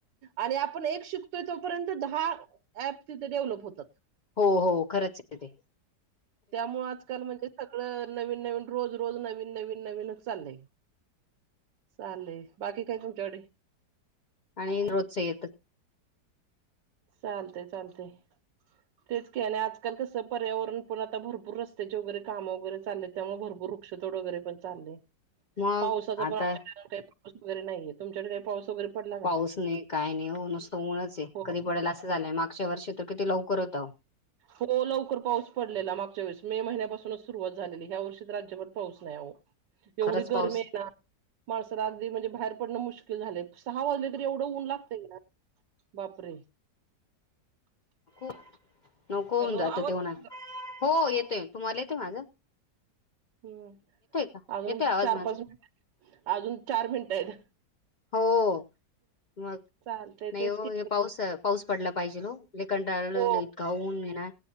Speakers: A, on the right; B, on the left.
A: आणि आपण एक शिकतोय तोपर्यंत दहा ऍप तिथे डेव्हलप होतात.
B: हो हो खरंच यते.
A: त्यामुळ आजकाल म्हणजे सगळं नवीन नवीन रोज रोज नवीन नवीन नवीनच चाललंय. चाले. बाकी काय तुच्याकडे?
B: आणि रोजच येत.
A: चालतय चालतय. तेच की आणि आजकाल कसं पर्यावरण पण आता भरपूर रस्त्याचे वगैरे कामं वगैरे चालेत. त्यामुळे भरपूर वृक्षतोड वगैरे पण चालय.
B: मग
A: पावसाचा
B: आता
A: पण का पाऊस वगैरे नाहीे तुमच्याकडे काय पाऊस? वगैरे पडला का?
B: पाऊस नाही काय नाही नुसतं ऊनच आहे,
A: हो.
B: कधी पडेल असं झालंय. मागच्या वर्षी तर किती लवकर होत.
A: हो. लवकर पाऊस पडलेला मागच्या वेळेस मे महिन्यापासूनच सुरुवात झालेली. ह्या वर्षी तर अजिबात पाऊस नाही हो.
B: खरंच
A: एवढी
B: पाऊस
A: गर्मी आहे ना. माणसाला अगदी म्हणजे बाहेर पडणं मुश्किल झालंय. सहा वाजले तरी एवढं ऊन लागतंय ना. बापरे!
B: खू नको
A: हॅलो
B: होऊन जातो
A: आवाज
B: ते उन्हात.
A: येतोय?
B: हो येतोय. तुम्हाला येतोय माझं?
A: हम्म.
B: का
A: अजून
B: येतोय आवाज
A: चार,
B: माझा
A: पाच मिनट अजून चार मिनट आहेत.
B: हो. मग
A: चालतय
B: नाही
A: तेच
B: हो
A: की
B: हे पाऊस पाऊस पडला पाहिजेल वो लय कंटाळलोय
A: हो
B: इतका ऊन येे ना.